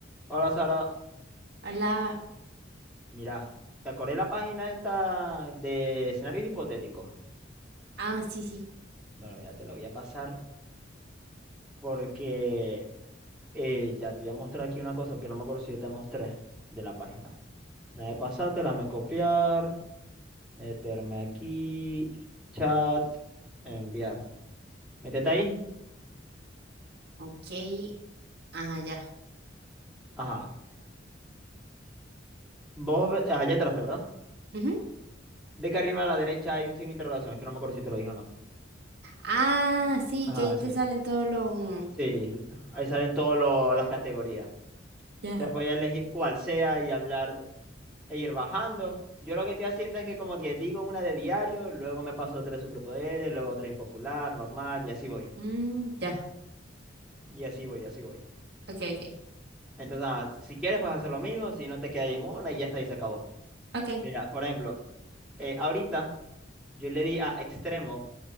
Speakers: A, in the centre; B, on the right.
A: Hola Sara,
B: Hola.
A: mira, ¿te acordé la página esta de escenarios hipotéticos?
B: Ah, sí, sí.
A: Bueno, mira, te la voy a pasar porque eh, ya te voy a mostrar aquí una cosa porque no me acuerdo si yo te mostré de la página. Nada de pasártela, me copiar, meterme aquí, chat, enviar. Métete ahí.
B: Ok. Ah, ya.
A: Ajá. Vos, ve- ah, ya entraste, ¿verdad?
B: Ujú.
A: Ve que arriba a la derecha hay un signo de interrogación, es que no me acuerdo si te lo dije o no.
B: Ah, sí,
A: Ajá,
B: que ahí te
A: sí.
B: salen todos los... mm,
A: Sí, ahí salen todas las categorías.
B: Ya.
A: Te puedes elegir cuál sea y hablar. e ir bajando. Yo lo que estoy haciendo es que como que digo una de diario, luego me paso otra de superpoderes, luego otra impopular, normal, y así voy.
B: Mm, ya.
A: Y así voy, y así voy.
B: Ok, ok.
A: Entonces, ah, si quieres, puedes hacer lo mismo, si no te quedas ahí en una y ya está, y se acabó.
B: Ok.
A: Mira, por ejemplo, eh, ahorita yo le di a extremo